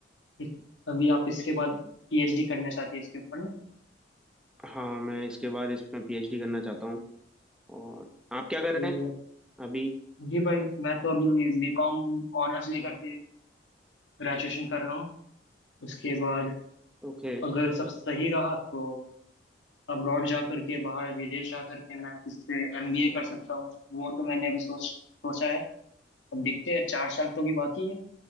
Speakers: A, on the left; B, in the centre.
A: इस- अभी आप इसके बाद पीएचडी करना चाहते हैं इसके ऊपर ना
B: हाँ मैं इसके बाद इसमें पीएचडी करना चाहता हूँ और आप क्या कर
A: सही
B: रहे हैं
A: है।
B: अभी
A: जी भाई मैं तो अभी बीकॉम ऑनर्स लेकर के ग्रेजुएशन कर रहा हूँ उसके बाद
B: ओके
A: अगर सब सही रहा तो अब्रॉड जा करके बाहर विदेश जा करके मैं इससे एमबीए कर सकता हूँ वो तो मैंने अभी सोच सोचा है अब देखते हैं चार साल तो भी बाकी है